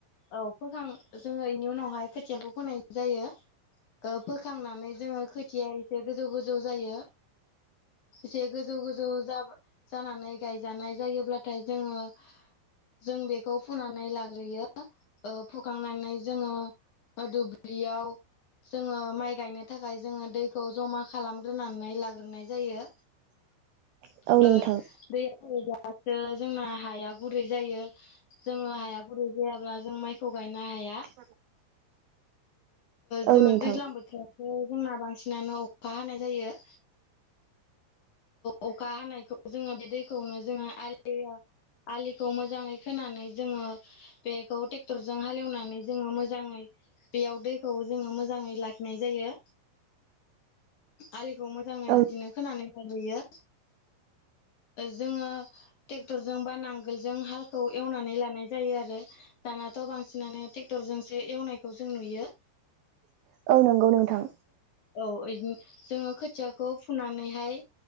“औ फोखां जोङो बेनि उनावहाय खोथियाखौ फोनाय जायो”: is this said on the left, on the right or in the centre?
Left